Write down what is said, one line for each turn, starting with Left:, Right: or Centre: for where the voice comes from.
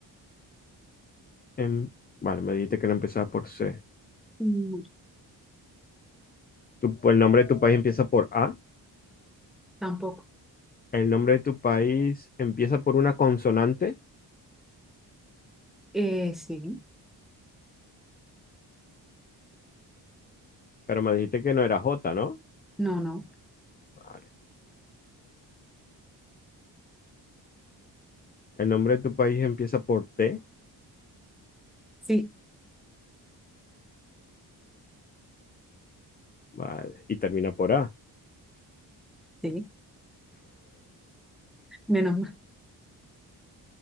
Left: em- Vale, me dijiste que no empezaba por C.
Centre: Mm,
Left: Tu- el nombre de tu país empieza por A.
Centre: tampoco.
Left: El nombre de tu país empieza por una consonante,
Centre: Eh, sí,
Left: pero me dijiste que no era J, ¿no?
Centre: no, no,
Left: Vale. El nombre de tu país empieza por T,
Centre: sí,
Left: vale, y termina por A.
Centre: sí. Menos